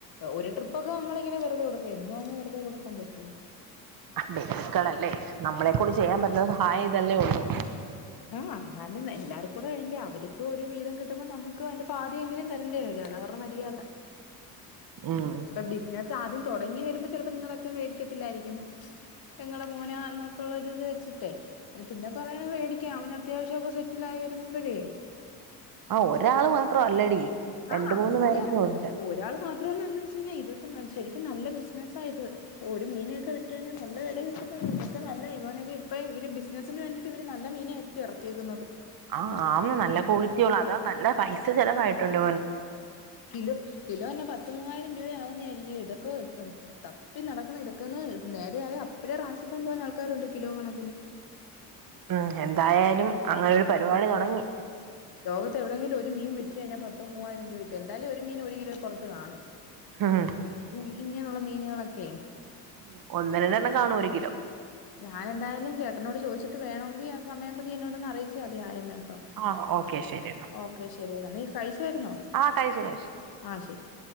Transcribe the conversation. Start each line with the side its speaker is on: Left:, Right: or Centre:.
Left: ഒരു ട്രിപ്പൊക്ക നമ്മള ഇങ്ങെനെ വെറു വിടു ഇോങ് വെറുതെ കൊടുക്കാൻ പറ്റുവോ
Right: ബധുക്കളല്ലേ നമ്മളെക്കൂടി ചെയ്യാൻ പറ്റുന്ന സഹായം ഇതല്ലേ ഉള്ളൂ
Left: ആഹ എന്നാലും എല്ലാവർും കൂടെ വണ്ടേ അവർക്ക് ഒരു വീതം കിട്ടുമ്പോ നമുക്ക് അതിന്റെ പാതി എങ്കിലും തരേണ്ടേ വര അത അവരുടെ മര്യാദ
Right: ആഹ
Left: ഇപ്പൊ ബിസിനസ് ആദ്യം തുടങ്ങി വരുമ്പോ ചിലപ്പോ നിങ്ങളുടെ അച്ഛൻ മേടിക്കത്തില്ലായിരിക്കും പെങ്ങളടെ മോനെ എന്നൊക്കെള്ളരി ഇത് വെച്ചിട്ടേ അ പിന്നെ പറയണ മേടിക്കാം അവന് അത്യാവശ്യം ഒക്കെ സെറ്റില ആായി വരുമ്പോഴേ
Right: ആ ഒരാള് മാത്രം അല്ലടി രണ്ട്
Left: ആഹ
Right: മൂന്ന്
Left: അല്ല
Right: പേരൊക്കെ ഉണ്ട്
Left: ഒരാള് മാത്രംന്ന ന്ന് വെച്ച് കഴിഞ്ഞാൽ ഇതൊക്കെ ശരിക്കും നല്ല ബിസിനസ്സ ആത് ഒരു മീനൊക്കെ വിട്ടുഴിാൽ നല്ല വില കിട്ടുന്നത്ൊക്കെ നല്ല ഇവനൊക്കെ ഇപ്പൊ ഇവര് ബിസിനസ്സിന് വേണ്ടിട്ട ഇവര് നല്ല മീനായിയിച്ച ഇറക്കിയേക്കുന്നത്
Right: ആഹ് ആ നല്ല ക്വാളിറ്റി ഉള്ളൂ അതാ നല്ല പൈസ ചെിലവായിട്ടുണ്ട്
Left: കിലോ കിലോ തന്നെ പത്ത് മൂവായിരം രൂപയാവും ഇതൊക്കെ തപ്പി നടക്കുന്ന ഇതൊക്കെ ഒന്ന് നേരെയായ അപ്പഴേ റാണിച്ചിക്ക കൊണ്ടണ്ട് പോവാൻ ആൾക്കാരുണ്ട് കിലോ കണക്കിന്
Right: ഉം എന്തായാലും അങ്ങനെ ഒരു പരിപാടി തുടങ്ങി
Left: ലോകത്ത് എവിടെയെങ്കിലും ഒരു മീൻ വിട്ടു കഴിഞ്ഞാൽ പത്തോ മൂവായിരം രൂപ കട്ട എന്തായാലും ഒരു മീൻ ഒരു കിലോ പുറത്ത് കാണും
Right: ഉം
Left: ഇ ഇങ്ങ മീനുകളൊക്കെ
Right: ഉ ഒന്ന രണ്ട എണ്ണം കാണും ഒരു കിലോ
Left: ഞാൻ എന്തായാലും ചേട്ടനോട് ചോദിച്ചിട്ട് വേണമെങ്കിൽ ആ സമയ്പ നീ എന്നോട ഒന്ന് അറിയിച്ച മതിയേ കേട്ടോ
Right: ആ ഓക്കെ ശരിയെന്നാ
Left: ഓക്കെ ശരിടാ നീ കഴിച്ചായിുന്നോ
Right: ആ കഴിച്ചു കഴിച്ചു
Left: ആ ശരി